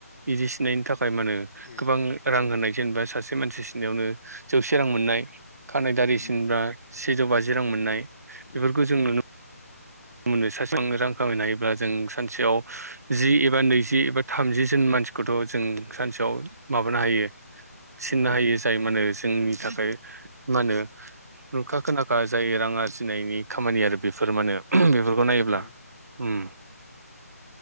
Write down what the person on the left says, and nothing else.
उम
उम
उम
औ
उम